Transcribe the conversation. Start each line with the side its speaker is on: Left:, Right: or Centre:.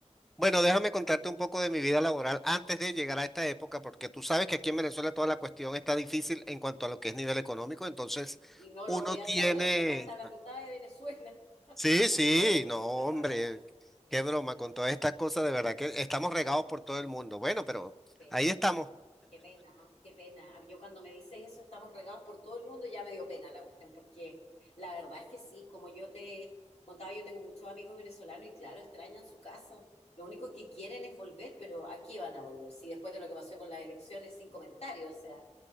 Centre: Bueno, déjame contarte un poco de mi vida laboral antes de llegar a esta época, porque tú sabes que aquí en Venezuela toda la cuestión está difícil en cuanto a lo que es nivel económico, entonces
Left: Y no lo
Centre: uno
Left: voy a
Centre: tiene...
Left: saber si acá está la mitad de Venezuela, <laughs>
Centre: Sí, sí,
Left: con todos los venezolanos
Centre: no, hombre,
Left: acá.
Centre: qué broma, con todas estas cosas, de verdad que estamos regados por todo el mundo. Bueno, pero
Left: Sí.
Centre: ahí estamos.
Left: Qué pena, qué pena. Yo cuando me dices eso, estamos regados por todo el mundo, y ya me dio pena la cuestión, porque la verdad es que sí, como yo te contaba, yo tengo muchos amigos venezolanos y claro, extrañan su casa. Lo único que quieren es volver, pero ¿a qué van a volver? Sí, después de lo que pasó con las elecciones, sin comentarios, o sea,